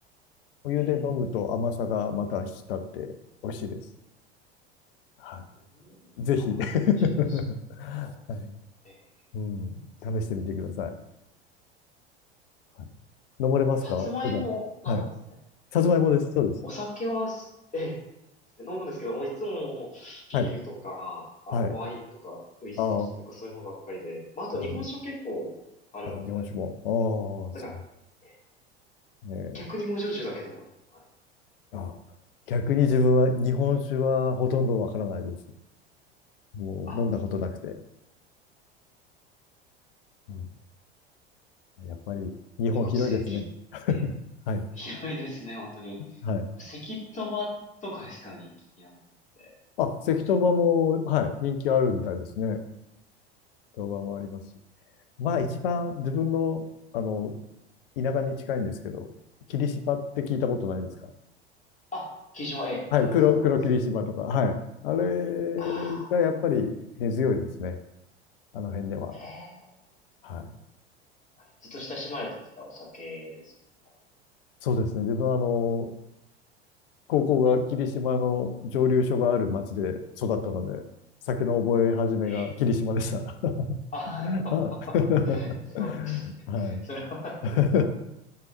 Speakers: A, on the left; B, on the left.
A: お湯で飲むと甘さがまた引き立って美味しいです。
B: ええ、
A: は
B: うん甘口ですか
A: い。ぜひ <laughs> はい。
B: ええ、
A: うん。試してみてください。はい、飲まれますか普段。
B: さつまいもなんですね。
A: はい。さつまいもです。そうです。
B: お酒はええ、飲むんですけど、もういつもビールとか、
A: はい。
B: あの、
A: はい。
B: ワインとか、ウイスキーとかそういうものばっかりで、
A: ああ、
B: まあ、あと日本酒も結構あるので、
A: なるほど。ああ、日本酒も。ああ、
B: だから、
A: そ
B: え
A: うね。
B: 逆に芋焼酎だけ飲んだことない。
A: あ、逆に自分は日本酒はほとんどわからないです。もう飲んだことなくて。
B: あ、
A: うん、やっぱり日本広いですね。
B: 結構咳って
A: <laughs> はい。
B: 広いですね、本当に。
A: はい。
B: これ咳とばとかですか、人気なものって。
A: あ、関東場も、はい、人気あるみたいですね。関東場もありますし。まあ一番自分の、あの、田舎に近いんですけど、霧島って聞いたことないですか
B: あ、霧島、ええ、
A: はい、
B: あります、
A: 黒、
B: あります。
A: 黒霧島とか。はい。あれ
B: あ
A: がやっぱり根強いですね。あの辺では。
B: あ、ええ、
A: はい。
B: あれずっと親しまれてきたお酒ですね。
A: そうですね。自分はあの、高校が霧島の蒸留所がある町で育ったので、酒の覚え始めが霧島でした。
B: ええ
A: <laughs>
B: あ、
A: はい。
B: <laughs> そうですね。
A: <laughs> はい。
B: それはなんか、
A: <laughs>